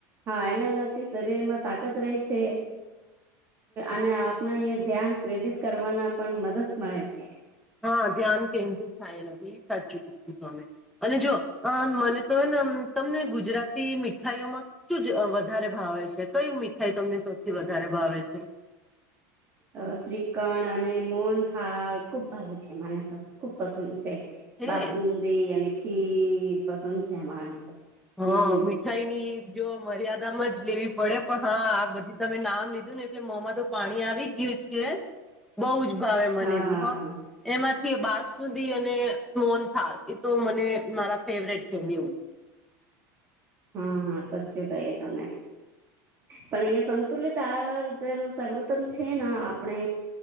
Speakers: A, on the right; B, in the centre.
A: હા એના નથીથી શરીરમાં તાકાત રહી છે અને આપણે અ ધ્યાન પ્રેરિત કરવાના પણ મદદ મળે છે
B: હા ધ્યાન કેન્દ્રિત થાય ન સાચું કીધું તમે અને જો મને તો ને તમને ગુજરાતી મીઠાઈઓમાં શું વધારે ભાવે છે કય મીઠાઈ તમને સૌથી વધારે ભાવે છે
A: અ શ્રીખણ અને મોન થળ ખુબ ભાગે છે મને તો ખુબ પસંદ છે બાસન
B: હે
A: દ અનેખી પસંદ છે અણા આને તો
B: હા
A: હમ
B: મીઠાઈ ની જો મર્યાદા જ લેવી પડે પણ હા આ બધી તમે નામ લીધું ને એટલે મોમાં તો પાણી આવી ગયું છે બહ જ ભાવે મને
A: હા
B: બ એમાં કે બા સુધી અને મોન થ એ તો મને મારા ફેવરેટ છે બેવું
A: હા સાચું કહીએ તમે પણ અહીયા સંતુલિત આ જરૂ સર્વોત્તમ છે ને આપણે